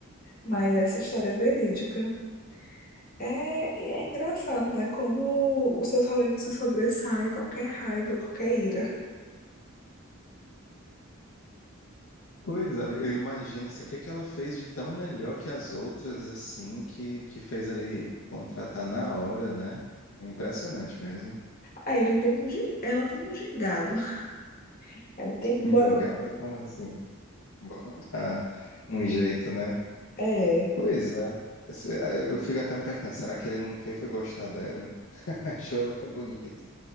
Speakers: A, on the left (about 45°); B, on the left (about 65°).
A: mas essa história é verídica. É, e é engraçado, né? Como o seu talento se sobressai, qualquer raiva, qualquer ira.
B: Pois é, eu imagino assim, o que que ela fez de tão melhor que as outras assim que que fez ele contratar na hora, né? É impressionante mesmo.
A: Ah, ele tem um, gin- ela tem um gingado, <laughs> ela tem um
B: Um
A: bororó.
B: gingado como assim? Bom, ah, um jeito, né?
A: É.
B: Pois é. Se- Eu eu fico até me perguntando, será que ele não fez foi gostar dela, hein? <laughs> Achou ela bonita?